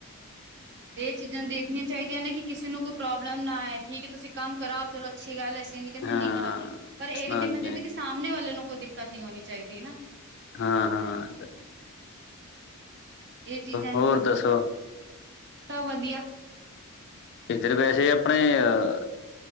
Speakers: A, on the right (about 50°); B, on the left (about 50°).
A: ਇਹ ਚੀਜ਼ਾਂ ਦੇਖਣੀਆਂ ਚਾਹੀਦੀਆਂ ਨੇ, ਕਿ ਕਿਸੇ ਨੂੰ ਕੋਈ ਪ੍ਰੌਬਲਮ ਨਾ ਆਏ ਠੀਕ ਏ ਤੁਸੀਂ ਕੰਮ ਕਰਾਓ, ਚਲੋ ਅੱਛੀ ਗੱਲ ਐਸੀਂ ਕਹਿੰਦੇ
B: ਹਾਂ
A: ਨਹੀਂ ਕਰਾਓ। ਪਰ ਇਹ
B: ਹਾਂਜੀ
A: ਵੀ ਦੇਖਣਾ ਚਾਹੀਦਾ
B: ਹਾਂਜੀ
A: ਕਿ, ਸਾਹਮਣੇ ਵਾਲੇ ਨੂੰ ਕੋਈ ਦਿੱਕਤ ਨਹੀਂ ਹੋਣੀ ਚਾਹੀਦੀ ਨਾ।
B: ਹਾਂ-ਹਾਂ।
A: ਇਹ ਚੀਜ਼ਾਂ ਨੂੰ,
B: ਹੋਰ ਦੱਸੋ
A: ਸਭ ਵਧੀਆ।
B: ਇੱਧਰ ਵੈਸੇ ਆਪਣੇ, ਅ